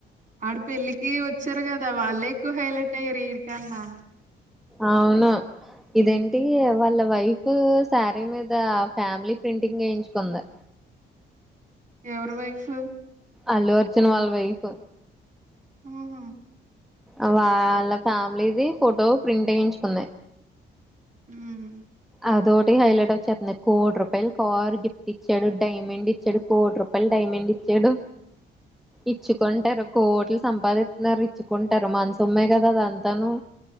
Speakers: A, on the right; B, in the centre.
A: ఆడ పెళ్ళికి వచ్చారు కదా ద వాళ్లే ఎక్కువ హైలైట్ అయినారు వీళ్ళుకనా
B: అవునా
A: హ్మ్.
B: ఇదేంటి వాళ్ళ వైఫ్ శారీ మీద ఫ్యామిలీ ప్రింటింగ్ వేయించుకుంది
A: ఎవరు వైఫ్
B: అలు అర్జున వాళ్ళ వైఫ్
A: హ్మ్
B: ఆహ్ వాల్ల పామ్ మీది ఫోటో ప్రింట్ వేయించుకుందే.
A: ఉహ్ హు
B: అదోటి హైలైట్ వచ్చేతంది. కోటి రూపాయలు కార్ గిఫ్ట్ ఇచ్చాడు, డైమండ్ ఇచ్చాడు, కోటి రూపాయలు డైమండ్ ఇచ్చాడు. ఇచ్చుకుంటారు. కోట్లు సంపాదిత్తున్నారు. ఇచ్చుకుంటారు మన సోమ్మే కదా అదంతాను.